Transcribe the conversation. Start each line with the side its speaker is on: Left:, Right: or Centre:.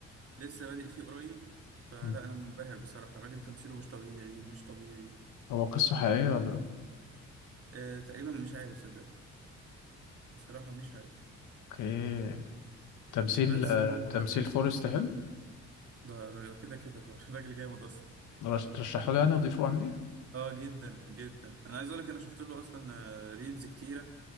Right: لسه بادئ فيه قريب فلا
Left: م.
Right: انا منبهر بصراحه الراجل تمثيله مش طبيعي مش طبيعي
Left: هو قصة حقيقية ولا لأ؟
Right: آه تقريبا مش عارف صدقني بصراحة مش عارف
Left: اوكي تمثيل
Right: بس
Left: آه
Right: هو
Left: تمثيل فورست هيل
Right: ده ده كده كده هو <laughs> راجل جامد أصلا
Left: رش- ترشحه لي يعني اضيفه عندي
Right: اه جدا جدا انا عايز اقول لك انا شفت له اصلا آه، ريلز كتيره